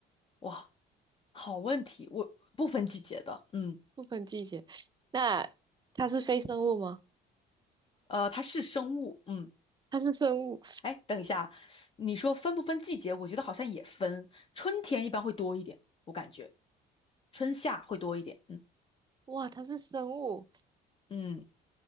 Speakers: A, on the left; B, on the right.
A: 哇，好问题，我不分季节的，嗯，
B: 不分季节。那它是非生物吗？
A: 呃，它是生物，嗯，
B: 它是生物。
A: 哎，等一下，你说分不分季节？我觉得好像也分，春天一般会多一点，我感觉春夏会多一点，嗯
B: 哇，它是生物。
A: 嗯，